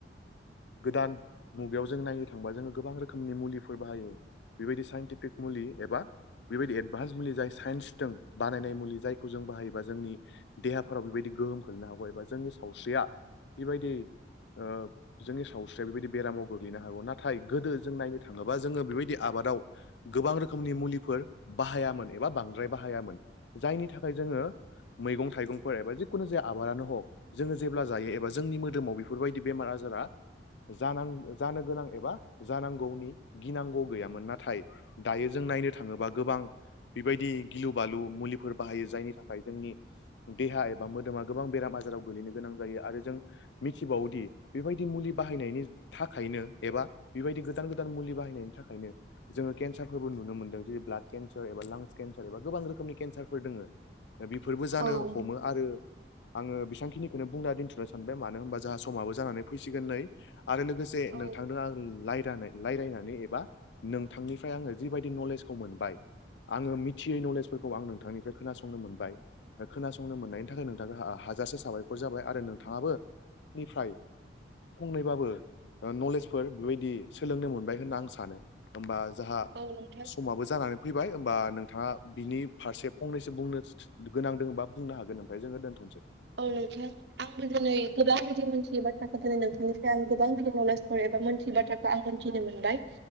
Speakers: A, on the left (about 75°); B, on the right (about 65°).
A: गोदान मुगायाव जों नायनो थांबा जोङो गोबां रोखोमनि मुलिफोर बाहायो बेबायदि साइन्टिफिक मुलि एबा बेबायदि एडभान्स मुलि जाय साइन्सदों बानायनाय मुलि जायखौ जों बाहायोबा जोंनि देहाफोराव बेबायदि गोहोम खोलैनो हागौ एबा जोंनि सावस्रिया बेबायदि ओ जोंनि सावस्रिया बेबायदि बेरामाव गोग्लैनो हागौ नाथाय गोदो जों नायनो थाङोबा जोङो बेबायदि आबादाव गोबां रोखोमनि मुलिफोर बाहायामोन एबा बांद्राय बाहायामोन जायनि थाखाय जोङो मैगं थाइगंफोर एबा जिखुनु जाया आबादानो हक जोङो जेब्ला जायो एबा जोंनि मोदोमाव बेफोरबायदि बेमार आजारा जानां जानो गोनां एबा जानांगौनि गिनांगौ गैयामोन नाथाय दायो जों नायनो थाङोबा गोबां बेबायदि गिलु बालु मुलिफोर बाहायो जायनि थाखाय जोंनि देहा एबा मोदोमा गोबां बेराम आजाराव गलैनो गोनां जायो आरो जों मिथिबावोदि बेबायदि मुलि बाहायनायनि थाखायनो एबा बेबायदि गोदान गोदान मुलि बाहायनायनि थाखायनो जोङो केन्सारफोरबो नुनो मोनदों जेरै ब्लाड केन्सार एबा लांस केन्सार एबा गोबां रोखोमनि केन्सारफोर दोङो दा बेफोरबो जानो
B: औ
A: हमो। आरो आङो बेसां खिनिखौनो बुंना दोनथ'नो सानबाय मानो होनबा जाहा समाबो जानानै फैसिगोन नै आरो लोगोसे नोंथांदों
B: औ
A: आं लायरानै रायलायनानै एबा नोंथांनिफ्राय आङो जिबायदि नलेजखौ मोनबाय आङो मिथियै नलेज फोरखौ आं नोंथांनिफ्राय खोनासंनो मोनबाय खोनासंनो मोननायनि थाखाय नोंथांखो हाजासे साबायखर जाबाय आरो नोंथाङाबो आंनिफ्राय फंनैबाबो नलेजफोर बेबायदि सोलोंनो मोनबाय होनना आं सानो होमबा जाहा
B: औ नोंथां
A: समाबो जानानै फैबाय होमबा नोंथाङा बिनि फारसे फंनैसो बुंनो गोनां दोङोबा बुंनो हागोन ओमफ्राय जोङो दोनथनोसै
B: औ नोंथां आंबो दिनै गोबां बिदि मोनथियै बाथ्राखौ दिनै नोंथांनिफ्राय आं गोबां बिदि नलेजफोर एबा मोनथियै बाथ्राखौ दा आं मोनथिनो मोनबाय